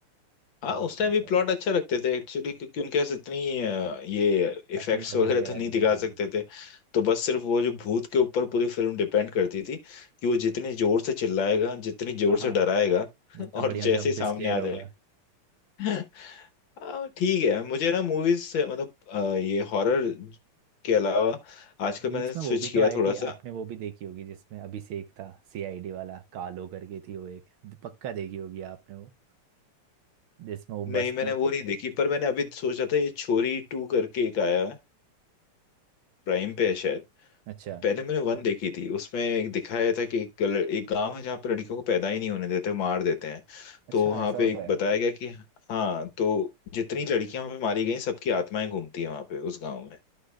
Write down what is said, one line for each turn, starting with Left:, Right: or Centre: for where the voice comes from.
Left: हाँ
Right: बहुत
Left: उस
Right: सही
Left: टाइम भी
Right: था
Left: प्लॉट अच्छा रखते थे एक्चुअली क्योंकि उनके पास इतनी अ, ये इफेक्ट्स
Right: टेक्नोलॉजी
Left: वगैरह
Right: वगैरह
Left: तो नहीं दिखा
Right: नहीं हाँ
Left: सकते थे तो बस सिर्फ वो जो भूत के ऊपर पूरी फिल्म डिपेंड करती थी कि वो जितनी जोर से चिल्लाएगा जितनी जोर
Right: हाँ हाँ,
Left: से डराएगा <laughs>
Right: जितना
Left: और
Right: बढ़िया
Left: जैसे
Right: जंप
Left: ही सामने
Right: स्केयर
Left: आ
Right: होगा
Left: जाए <laughs> आ, ठीक है मुझे ना मूवीज से मतलब आ, ये हॉरर के अलावा आजकल
Right: बीच
Left: मैंने स्विच
Right: में वो भी
Left: किया
Right: तो आई
Left: थोड़ा
Right: थी
Left: सा
Right: आपने वो भी देखी होगी जिसमें अभिषेक था सीआईडी वाला कालो करके थी वो एक पक्का देखी होगी आपने वो जिसमें वो बस
Left: नहीं मैंने
Right: में
Left: वो नहीं देखी पर मैंने अभी सोचा था ये छोरी टू करके एक आया है प्राइम पे है शायद
Right: अच्छा
Left: पहले मैंने वन देखी थी उसमें एक दिखाया था कि एक गल- एक गांव है जहाँ पर लड़कियों को पैदा ही नहीं होने देते मार देते हैं
Right: अच्छा
Left: तो वहां
Right: ऐसा
Left: पे
Right: होता
Left: एक
Right: है
Left: बताया गया कि हाँ तो जितनी लड़कियां वहां पे मारी गई सबकी आत्माएं घूमती हैं वहां पे उस गाँव में